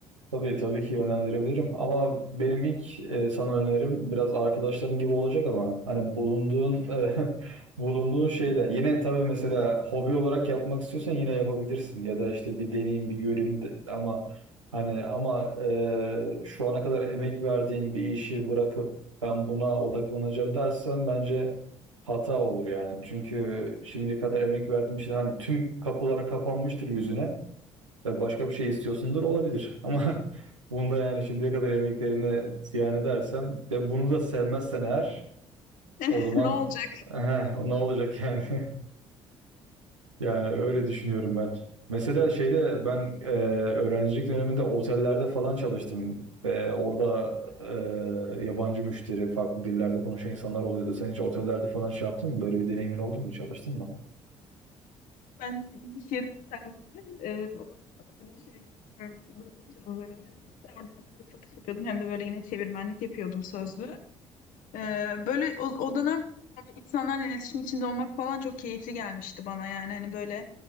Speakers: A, on the right (about 85°); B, on the left (about 60°).
A: Tabii tabii ki yönlendirebilirim ama benim ilk e, sana önerim biraz arkadaşların gibi olacak ama hani bulunduğun e, <laughs> bulunduğun şeyde yine tabii mesela hobi olarak yapmak istiyorsan yine yapabilirsin ya da işte bir deneyim bir göreyim de- ama hani ama e, şu ana kadar emek verdiğin bir işi bırakıp ben buna odaklanacağım dersen bence hata olur yani. Çünkü şimdiye kadar emek verdiğin bir şey hani tüm kapıları kapanmıştır yüzüne ve başka bir şey istiyorsundur olabilir. Ama <laughs> bunda yani şimdiye kadar emeklerini ziyan edersen ve bunu da sevmezsen eğer
B: <laughs>
A: o zaman
B: Ne olacak?
A: <laughs> ne olacak yani? <laughs> Yani öyle düşünüyorum ben. Mesela şeyde ben e, öğrencilik döneminde otellerde falan çalıştım ve orada e, yabancı müşteri, farklı dillerde konuşan insanlar oluyordu. Sen hiç otellerde falan şey yaptın mı? Böyle bir deneyimin oldu mu? Çalıştın mı?
B: Ben ilk iş yerim otelde. Ee, orada böyle şey e, böyle beş yıldızlı bir otel işte. Orada hem böyle satış yapıyordum hem de böyle yine çevirmenlik yapıyordum sözlü. Ee, böyle o, o dönem böyle insanlarla iletişim içinde olmak falan çok keyifli gelmişti bana yani hani böyle